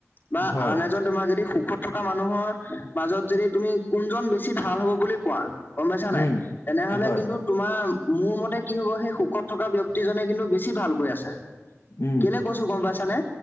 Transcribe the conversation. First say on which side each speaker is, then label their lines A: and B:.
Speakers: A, on the left; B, on the left.
A: বা
B: হয়,
A: আন এজন তোমাৰ যদি সুখত থকা মানুহৰ মাজত যদি তুমি কোনজন বেছি ভাল হব বুলি কোৱা? গম পাইছা
B: উম,
A: নাই? তেনেহ'লে
B: হয়,
A: কিন্তু তোমাৰ মোৰ মতে কি হ'ব সেই সুখত থকা ব্যক্তিজনে কিন্তু বেছি ভালকৈ আছে।
B: উম,
A: কেলে কৈছো গম পাইছানে